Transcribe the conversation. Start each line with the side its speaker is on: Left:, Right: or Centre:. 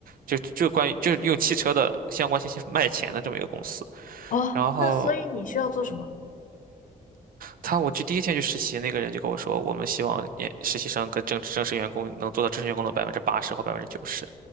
Right: 就就关于就是用汽车的相关信息卖钱的这么一个公司。
Left: 哦，
Right: 然后
Left: 那所以你需要做什么？
Right: 他我去第一天去实习，那个人就跟我说，我们希望研实习生跟正正式员工能做到正式员工的百分之八十或百分之九十。